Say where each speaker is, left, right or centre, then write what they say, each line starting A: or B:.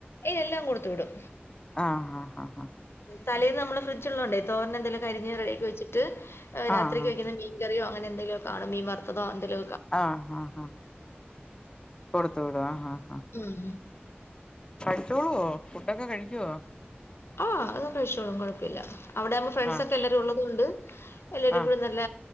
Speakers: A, on the left; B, on the left.
A: എല്ലാം കൊടുത്തു വിടും
B: ആഹ് ആഹ് ആഹ്
A: തലേന്ന് നമ്മള് ഫ്രിഡ്ജുള്ളോണ്ടെ തോരനെന്തെങ്കിലൊക്കെ അരിഞ് റെഡിയാക്കി വെച്ചിട്ട്
B: ആഹ്
A: രാത്രിക്ക് വെക്കുന്ന മീൻ കറിയോ അങ്ങനെന്തങ്കിലൊക്കെ കാണും മീൻ വർത്തതൊ, എന്തേലൊ
B: ആഹ ആഹ ആ കൊടുത്തു വിടോ? ആ ആഹ്
A: ഉം
B: കഴിച്ചോളുവോ ഫുഡൊക്കെ കഴിക്കുവോ?
A: ആഹ് അതൊ കഴിച്ചോളും കുഴപ്പമില്ല അവിടാവുമ്പൊ ഫ്രണ്ട്സൊക്കെ
B: ആഹ്
A: എല്ലരും ഉള്ളത് കൊണ്ട് എല്ലരും
B: ആഹ്
A: കൂടി നല്ല